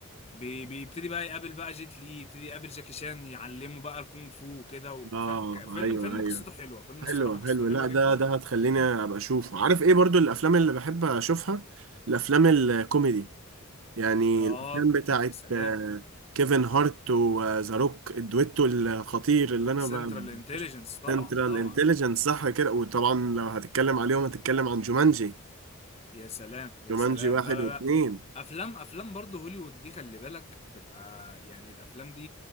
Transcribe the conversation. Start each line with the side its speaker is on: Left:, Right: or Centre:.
Left: بي- بيبتدي بقى يقابل بقى جيت لي يبتدي يقابل جاكي شان يعلمه بقى الكونغ فو وكده و-
Right: اه
Left: فاهم ك- فيلم
Right: ايوه
Left: فيلم
Right: ايوه
Left: قصته حلوه فيلم
Right: حلو
Left: الصراحه قصته
Right: حلو لا
Left: حلوه
Right: ده
Left: جدا
Right: ده هتخليني ابقى اشوفه عارف ايه برضو الافلام اللي بحب اشوفها الافلام الكوميدي يعني
Left: اه
Right: الافلام بتاعت
Left: سلام
Right: آه، كيفن هارت وذا روك الدويتو الخطير اللي انا
Left: سنترال
Right: ب...
Left: انتليجنس طبعا
Right: سنترال
Left: طبعا
Right: انتليجنس صح كده وطبعا لو هتتكلم عليهم هتتكلم عن جومانجي
Left: يا سلام يا
Right: جومانجي
Left: سلام
Right: واحد
Left: لا لا
Right: واثنين
Left: لا افلام افلام برضه هوليوود دي خلي بالك بتبقى يعني الافلام دي